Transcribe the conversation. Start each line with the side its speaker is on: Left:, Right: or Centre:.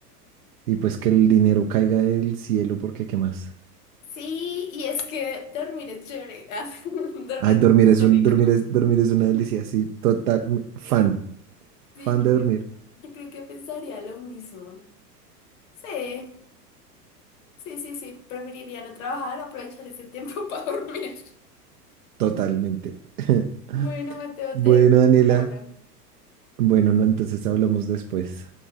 Right: Y pues que el dinero caiga del cielo porque qué más.
Left: sí, y es que dormir es chévere. <laughs> ah, Dormir
Right: Ay, dormir es
Left: es
Right: un,
Left: rico.
Right: dormir es, dormir es una delicia, sí, total, m- fan,
Left: Sí,
Right: fan de
Left: yo creo,
Right: dormir,
Left: yo creo que pensaría lo mismo. Sí, sí, sí, sí. Preferiría no trabajar, aprovechar ese tiempo <laughs> para dormir.
Right: totalmente. <laughs>
Left: Bueno, Mateo,
Right: Bueno,
Left: te dejo por
Right: Daniela,
Left: ahora.
Right: bueno, no, entonces hablamos después.